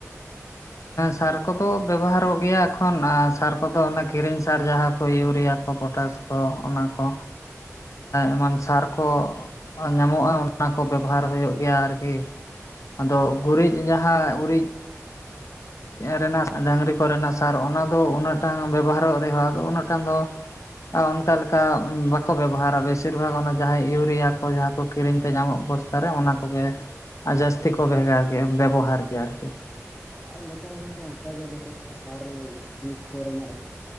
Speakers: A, on the left (about 70°); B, on the left (about 15°).
A: ᱥᱟᱨ ᱠᱚᱫᱚ ᱵᱮᱵᱚᱦᱟᱨᱚᱜ ᱜᱮᱭᱟ ᱮᱠᱷᱚᱱ ᱥᱟᱨ ᱠᱚᱫᱚ ᱚᱱᱟ ᱠᱤᱨᱤᱧ ᱥᱟᱨ ᱡᱟᱦᱟᱸ ᱠᱚ ᱟᱭᱩᱨᱤᱭᱟ ᱠᱚ ᱯᱚᱴᱟᱥ ᱠᱚ ᱚᱱᱟ ᱠᱚ ᱮᱢᱟᱱ ᱥᱟᱨ ᱠᱚ ᱧᱟᱢᱚᱜᱼᱟ ᱚᱱᱟ ᱠᱚ ᱵᱮᱵᱚᱦᱟᱨ ᱦᱩᱭᱩᱜ ᱜᱮᱭᱟ ᱟᱨᱠᱤ ᱟᱫᱚ ᱜᱩᱨᱤᱡ ᱡᱟᱦᱟᱸ ᱩᱨᱤᱡ
B: ᱦᱮᱸ
A: ᱨᱮᱱᱟᱜ ᱰᱟᱝᱨᱤ ᱠᱚᱨᱮᱱᱟᱜ ᱥᱟᱨ ᱚᱱᱟ ᱫᱚ ᱩᱱᱟᱹᱜ ᱴᱟᱱ ᱵᱮᱵᱚᱦᱟᱨᱚᱜ ᱨᱮᱦᱚᱸ ᱟᱫᱚ ᱩᱱᱟᱹᱜ ᱴᱟᱱ ᱫᱚ ᱚᱱᱠᱟ ᱞᱮᱠᱟ ᱵᱟᱠᱚ ᱵᱮᱵᱚᱦᱟᱨᱟ ᱵᱮᱥᱤᱨ ᱵᱷᱟᱜᱽ ᱚᱱᱟ ᱡᱟᱦᱟᱸᱭ ᱤᱭᱩᱨᱤᱭᱟ ᱠᱚ ᱡᱟᱦᱟᱸ ᱠᱚ ᱠᱤᱨᱤᱧ ᱛᱮ ᱧᱟᱢᱚᱜ ᱚᱱᱟ ᱠᱚᱜᱮ ᱡᱟᱹᱥᱛᱤ ᱠᱚ ᱵᱷᱮᱜᱟᱨ ᱜᱮ ᱵᱮᱵᱚᱦᱟᱨ ᱜᱮᱭᱟ ᱟᱨᱠᱤ
B: ᱟᱨ ᱱᱤᱛᱚᱜ ᱦᱚᱸ ᱜᱚᱢᱠᱮ ᱚᱱᱠᱟᱜᱮ ᱱᱤᱛᱚᱜ ᱫᱚ ᱥᱟᱨ ᱵᱤᱥ ᱠᱚᱨᱮᱱᱟᱜ